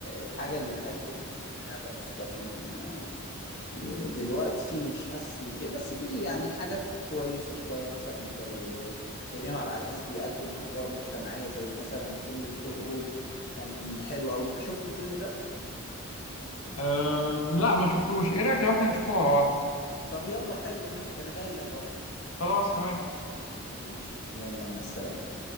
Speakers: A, on the left; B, on the left.
A: الحاجه اللي تقدم هدف لكن آه، دلوقتي مش حاسس ان في بس في يعني حاجات كويسه شويه مثلا زي كريم عبد العزيز بيقدم ادوار مجتمعيه زي مثلا فيلم بيت الروبي كان حلو قوي انت شفت الفيلم ده
B: أه لا ما شفتوش ايه رايك لو احنا نشوفه مع بعض
A: طب يلا حلو ماشي انا جاي لك اهو
B: خلاص تمام
A: ماشي يلا مع السلامه